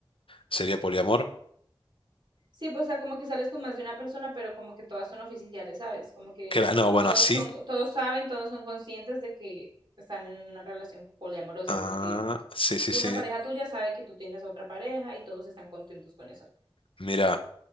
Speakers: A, on the left; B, on the right.
A: sería poliamor.
B: Sí, pues, o sea, como que sales con más de una persona, pero como que todas son oficiales, ¿sabes? Como que
A: Que la- no, bueno,
B: todos
A: así.
B: son, co- todos saben, todos son conscientes de que están en una relación poliamorosa,
A: Ah,
B: es decir,
A: sí, sí,
B: tú-
A: sí.
B: una pareja tuya sabe que tú tienes otra pareja y todos están contentos con eso.
A: Mira.